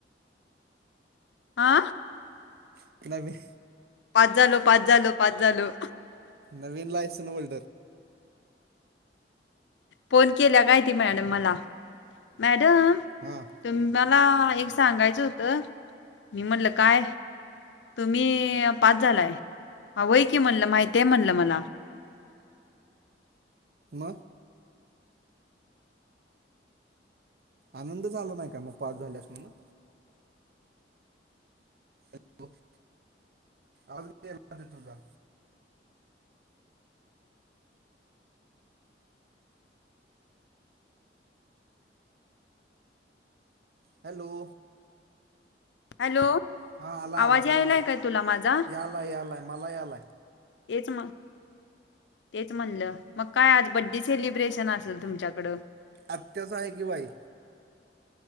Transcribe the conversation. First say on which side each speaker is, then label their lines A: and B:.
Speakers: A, on the left; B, on the right.
A: आ.
B: <unintelligible>
A: पाच झालो पाच झालो पाच झालो.
B: नवीन लायसन होल्डर.
A: फोन केल्या काय ती मॅडम मला मॅडम..
B: हां
A: तर मला एक सांगायचं होतं. मी म्हटलं काय? तुम्ही पाच झालाय, व्हय की म्हणलं माहिती आहे म्हणलं मला.
B: मग आनंद झाला नाही का, मग पास झाल्यास म्हणून? <unintelligible> आवाज <unintelligible> नाही तुझा. हॅलो.
A: हॅलो.
B: हा आला
A: आवाज
B: आला
A: यायलाय
B: बोल बोल.
A: काय तुला माझा
B: यालाय यालाय मला यालाय.
A: हेच मग तेच म्हणलं. मग काय आज बड्डे सेलिब्रेशन असल तुमच्याकडं.
B: आत्याच हाय की बाई.